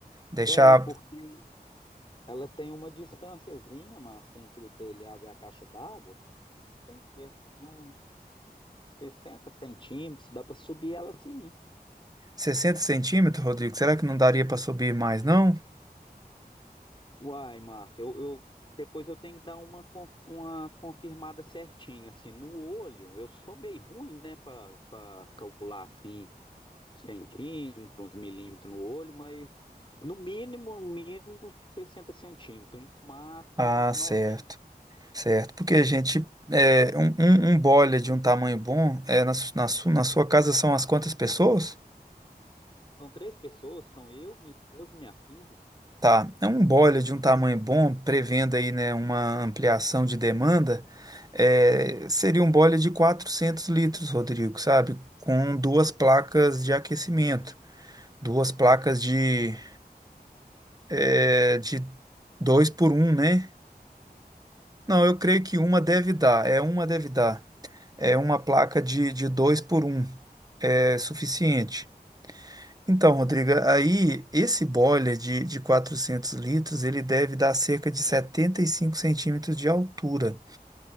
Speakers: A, on the right; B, on the left.
A: deixar
B: Tem, porque ela tem uma distânciazinha, Márcia, entre o telhado e a caixa d'água, tem cerca de uns 60 centímetros, dá para subir ela sim.
A: sessenta centímetros, Rodrigo? Será que não daria para subir mais, não?
B: Uai, Márcia, eu, eu- depois eu tenho que dar uma, conf- uma confirmada certinha, assim, no olho, eu sou meio ruim, né, para calcular, assim, os centímetros, os milímetros no olho, mas no mínimo, no mínimo, uns 60 centímetros, no máximo
A: Ah,
B: uns 90.
A: certo, certo. Porque a gente, é, um, um, um boiler de um tamanho bom, é, na, su- na, su- na sua casa são as quantas pessoas?
B: São três pessoas, são eu, minha esposa e minha filha.
A: Tá, é um boiler de um tamanho bom, prevendo aí, né, uma ampliação de demanda, é, seria um boiler de 400 litros, Rodrigo, sabe? Com duas placas de aquecimento, duas placas de, é, de 2 por um né? Não, eu creio que uma deve
B: Entendi.
A: dar, é uma deve dar. É uma placa de, de 2 por um é suficiente. Então, Rodriga, aí esse boiler de, de 400 litros, ele deve dar cerca de 75 centímetros de altura.